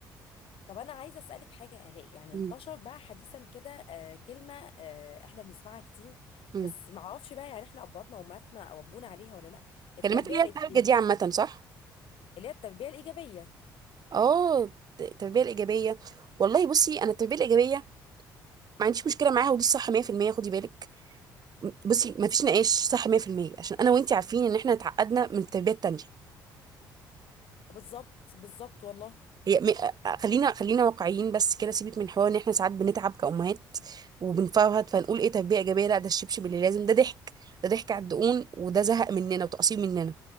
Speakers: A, on the left; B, on the right.
A: طب انا عايزه اسالك حاجه يا الاء يعني
B: امم
A: انتشر بقى حديثا كده آه كلمه آه احنا بنسمعها كتير
B: امم
A: بس ما اعرفش بقى يعني احنا اباطنا وامهاتنا ربونا عليها ولا لا التربيه
B: كلمات اللي
A: الايجابيه
B: هي الحاجه دي عامه صح
A: اللي هي التربيه الايجابيه
B: اه التربيه الايجابيه والله بصي انا التربيه الايجابيه ما عنديش مشكله معاها ودي صح 100% خدي بالك م- بصي ما فيش نقاش صح 100% عشان انا وانتي عارفين ان احنا اتعقدنا من التربيه التانيه
A: بالظبط بالظبط والله
B: هي م... آه، خلينا خلينا واقعيين بس كده سيبك من حوار ان احنا ساعات بنتعب كأمهات وبنفرهد فنقول ايه تربيه ايجابيه لا ده الشبشب اللي لازم ده ضحك ده ضحك على الدقون وده زهق مننا وتقصير مننا